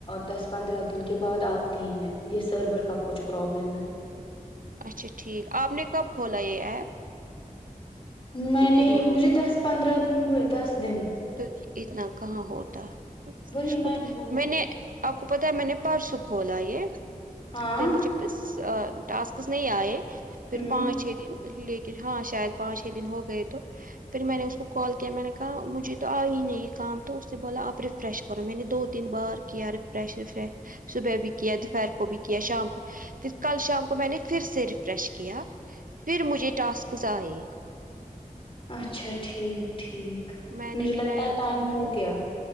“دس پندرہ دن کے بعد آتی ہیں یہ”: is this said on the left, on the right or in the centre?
Left